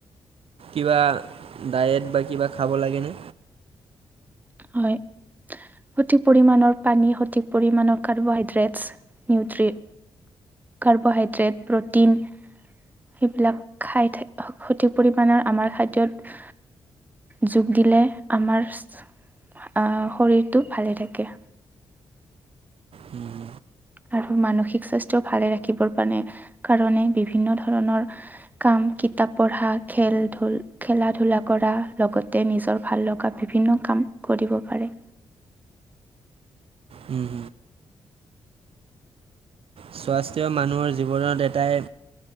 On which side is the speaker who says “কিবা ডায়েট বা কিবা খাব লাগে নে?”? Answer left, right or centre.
Right